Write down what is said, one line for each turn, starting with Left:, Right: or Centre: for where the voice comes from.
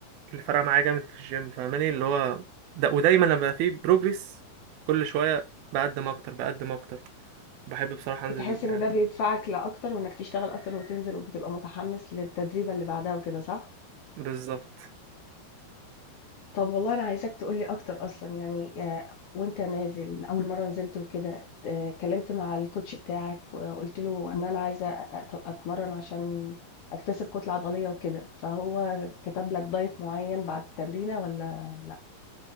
Right: اللي فرقة معايا جامد في الجيم فاهماني اللي هو ده ودايما لما بقى فيه بروجرس كل شوية بقدم أكتر بقدم أكتر بحب بصراحة أنزل
Left: بتحس إن
Right: يعني
Left: ده بيدفعك لأكتر وإنك تشتغل أكتر وتنزل وبتبقى متحمس للتدريبة اللي بعدها وكده صح؟
Right: بالظبط
Left: طب والله أنا عايزاك تقولي أكتر أصلا يعني آه، وأنت نازل أول مرة نزلت وكده آه، اتكلمت مع الكوتش بتاعك وقلت له إن أنا عايزة أت- أتمرن عشان أكتسب كتلة عضلية وكده فهو كتب لك دايت معين بعد التمرينة ولا لأ؟